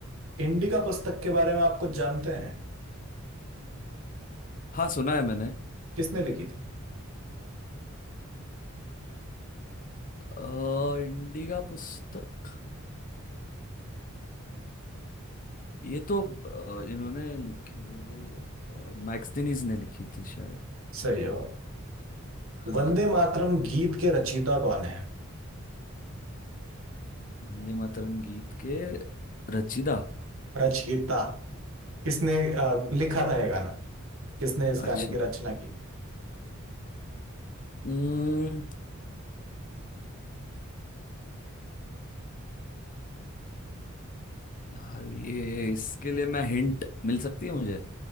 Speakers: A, on the right; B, on the left.
A: इंडिका पुस्तक के बारे में आप कुछ जानते हैं
B: हाँ सुना है मैंने
A: किसने लिखी थी
B: अ, इंडिका पुस्तक ये तो अ, इन्होंने लिखी है वो मैक्सटिनीज ने लिखी थी शायद
A: सही जवाब
B: हाँ
A: वंदे मातरम गीत के रचयिता कौन है
B: वंदे मातरम गीत के रचयिता
A: रचयिता किसने अ, लिखा
B: अ,
A: था ये गाना किसने इस
B: अच्छा
A: गाने की रचना की थी
B: हम्म, यार ये इसके लिए मैं हिंट मिल सकती है मुझे